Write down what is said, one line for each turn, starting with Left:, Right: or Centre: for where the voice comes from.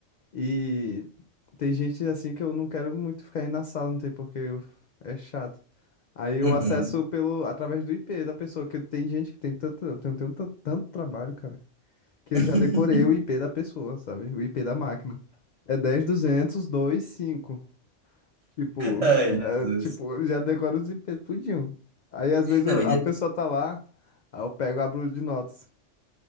Left: E tem gente assim que eu não quero muito ficar aí na sala, não tem porque eu- é chato. Aí eu
Right: uhum.
Left: acesso pelo através do IP da pessoa, que tem gente que tem tanto, eu tenho, tenho tanto, tanto trabalho, cara, que eu
Right: <laughs>
Left: já decorei o IP da pessoa, sabe? O IP da máquina. É 10.200.2.5. Tipo,
Right: Ai,
Left: é,
Right: Jesus.
Left: tipo, eu já decoro os IP tudinho. Aí às vezes
Right: Não,
Left: eu-
Right: e
Left: a pessoa tá lá, aí eu pego, abro de notas